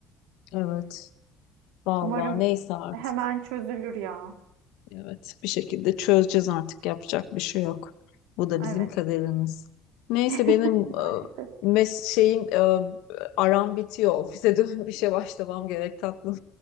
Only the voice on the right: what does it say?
Umarım
hemen çözülür ya.
Evet,
<laughs>
maalesef.